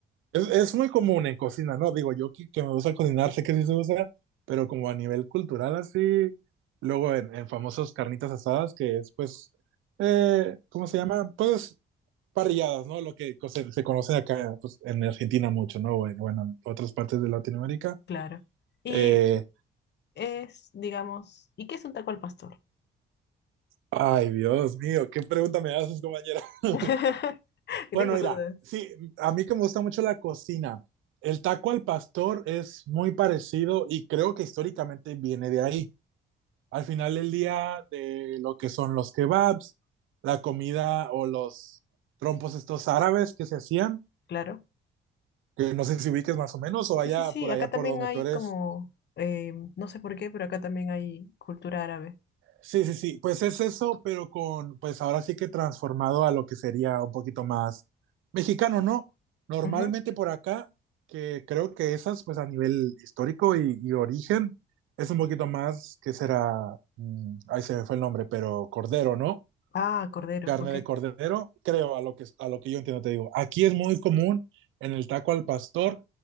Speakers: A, on the right (about 80°); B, on the left (about 60°).
A: Es, es muy común en cocina, ¿no? Digo, yo que, que me gusta cocinar, sé que sí se usa, pero como a nivel cultural así, luego en, en famosos carnitas asadas, que es pues, eh, ¿cómo se llama? Pues parrilladas, ¿no? Lo que co- se, se conoce acá pues, en Argentina mucho, ¿no? Bueno, bueno, en otras partes de Latinoamérica.
B: claro. Y
A: Eh,
B: es, digamos, ¿y qué es un taco al pastor?
A: ay, Dios mío, qué pregunta me haces, compañera. <laughs>
B: <laughs> Que
A: Bueno,
B: tengo
A: mira,
B: dudas.
A: sí, a mí que me gusta mucho la cocina, el taco al pastor es muy parecido y creo que históricamente viene de ahí. al final del día de lo que son los kebabs, la comida o los trompos estos árabes que se hacían,
B: Claro.
A: que no sé si ubiques más o menos o
B: Sí,
A: allá
B: sí, sí,
A: por
B: acá
A: allá por
B: también
A: donde
B: hay
A: tú eres.
B: como, eh, no sé por qué, pero acá también hay cultura árabe.
A: Sí, sí, sí, pues es eso, pero con, pues ahora sí que transformado a lo que sería un poquito más mexicano, ¿no? Normalmente
B: Ujú.
A: por acá, que creo que esas, pues a nivel histórico y, y origen, es un poquito más que será, mm, ahí se me fue el nombre, pero cordero, ¿no?
B: Ah, cordero,
A: carne
B: ok.
A: de cordero,
B: <laughs>
A: creo, a lo que, a lo que yo entiendo, te digo. Aquí es muy común en el taco al pastor,